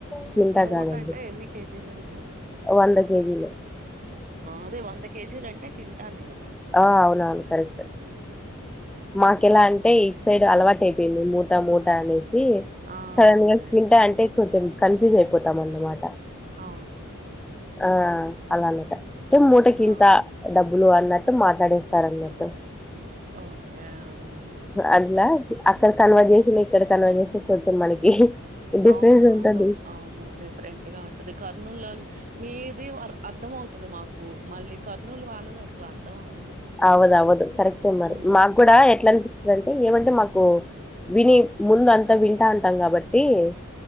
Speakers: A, in the centre; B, on the right.
A: క్వింటా
B: మూట
A: కాదండి
B: అంటే ఎన్ని కేజీలుంటా
A: వంద కేజీలు
B: అదే వ కేజీ ంట కెింటానే ఇ
A: ఆ అవునవును కరెక్ట్ మాకు ఎలా ఈ సైడ్ అలవాటుే ి మూట మూట అనేసి
B: ఆ
A: సడన్
B: అదే
A: గా తింటా అంటే కొంచెం కన్ఫ్యూజ్ అయిపోతాం అన్నమాట
B: అ
A: ఆ అలా అన్నట మట చిింత
B: ఆ
A: డబ్బు లు అన్నట్టు మాట్లాడేస్తారు అన్నట్టు
B: ఓకే అవును.
A: అల్లా అక్కడ కనుమ చేసిన ఇక్కడ కనుమ చేసి కొంచెం మనకి డిఫరెన్స్
B: అవును అవును
A: ఉంటది
B: అవును డిఫరెంట్ గా ఉంటది కర్నూలులో మీది అర్థం అవుతుది మాకు మళ్ళీ కర్నూలు వాళ్ళది అసలు అర్ధం అవ్వదు
A: అవుదుఆవదు కరెక్ట్ ఏ మరి
B: హ్మ్.
A: మాకు కూడా ఎట్లా అనిపిస్తుందింటె ఏమంటే మాకు విని ముందు అంతా వింటా అంటాం కాబట్టి ట్టి